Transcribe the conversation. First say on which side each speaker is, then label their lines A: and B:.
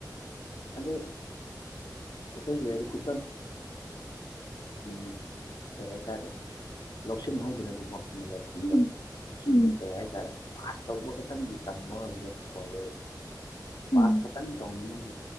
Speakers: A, on the left; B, on the left.
A: ꯑꯗ ꯑꯩꯈꯣꯏꯒꯤ ꯍꯥꯏꯗꯤ ꯈꯨ ꯎꯝ ꯀꯔꯦꯇꯥꯔꯦ ꯂꯧꯁꯤꯟꯍꯧꯗꯅꯦꯕꯀꯣ ꯆꯤꯡꯕ
B: ꯎꯝ
A: ꯁꯤꯨꯝꯕꯩ
B: ꯎꯝ
A: ꯍꯥꯏꯇꯥꯔꯦ ꯄꯥꯁ ꯇꯧꯕ ꯈꯇꯅꯤꯒꯤ ꯇꯝꯕꯔꯦ
B: ꯎꯝ
A: ꯄꯥꯁ ꯈꯅꯤ ꯇꯧꯅꯤꯡ